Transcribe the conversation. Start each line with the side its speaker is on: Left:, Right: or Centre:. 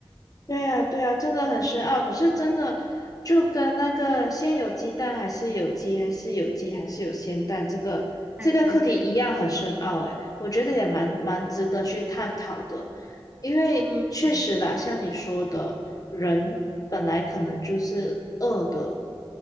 Left: 对呀，对呀，真的很深奥。可是真的就跟那个先有鸡蛋还是有鸡，还是有鸡还是有先蛋这个这个课题一样很深奥。
Right: 对对对，
Left: 诶，我觉得也蛮蛮值得去探讨的，因为确实啦，
Right: 嗯
Left: 像你说的，人本来可能就是恶的，